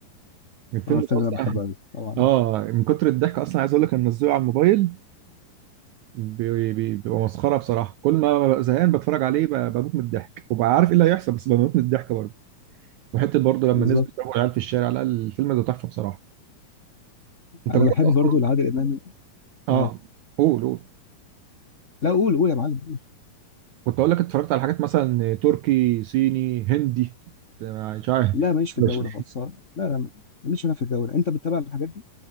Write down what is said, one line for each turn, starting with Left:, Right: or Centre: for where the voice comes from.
Right: الفيلم
Left: اه الفيلم
Right: ده اصلا
Left: انا بحبه قوي طبعا
Right: اه من كتر الضحك اصلا عايز اقول لك انا منزله على الموبايل بي- بي- بيبقى مسخره بصراحه كل ما ببقى زهقان بتفرج عليه ب- بموت من الضحك وببقى عارف ايه اللي هيحصل بس بموت من الضحك برضه وحته برضه لما
Left: بالظبط
Right: نزلوا يضربوا العيال في الشارع لا الفيلم ده تحفه بصراحه انت
Left: انا
Right: جربت
Left: بحب
Right: اصلا
Left: برضو لعادل امام
Right: اه
Left: اه
Right: قول قول
Left: لا قول قول يا معلم
Right: كنت اقول لك اتفرجت على حاجات مثلا تركي صيني هندي مش عارف
Left: لا ماليش في
Right: مش-
Left: الجو ده خالص لا لا ماليش انا في الجو ده انت بتتابع الحاجات دي